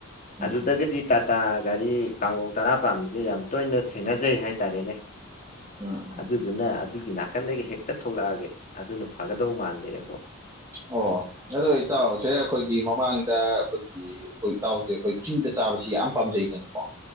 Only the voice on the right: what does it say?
ꯎꯝ
ꯎꯝ
ꯎꯝ ꯎꯝ
ꯑꯣ ꯑꯗꯣ ꯏꯇꯥꯎꯁꯦ ꯑꯩꯈꯣꯏꯒꯤ ꯃꯃꯥꯡꯗ ꯑꯩꯈꯣꯏꯒꯤ ꯑꯩꯈꯣꯏ ꯏꯇꯥꯎꯁꯦ ꯑꯩꯈꯣꯏ ꯐ꯭ꯔꯤꯗ ꯆꯠ ꯆꯥꯕꯁꯤ ꯌꯥꯝ ꯄꯥꯝꯖꯩꯗꯅꯀꯣ